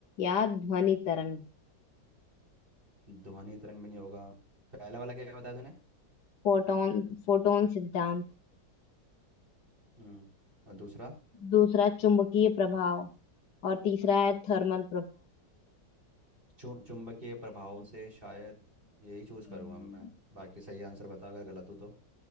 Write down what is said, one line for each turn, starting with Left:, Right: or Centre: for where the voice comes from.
Left: या ध्वनि तरंग
Right: ध्वनि तरंग भी नहीं होगा पहला वाला क्या बताया तूने
Left: फोटोन फोटोन सिद्धांत
Right: हम्म और दूसरा
Left: दूसरा चुंबकीय प्रभाव और तीसरा है थर्मल
Right: चु, चुंबकीय प्रभाव हम्म। से शायद यही चूज
Left: प्रभाव
Right: करूंगा मैं बाकी सही आंसर बता अगर गलत हो तो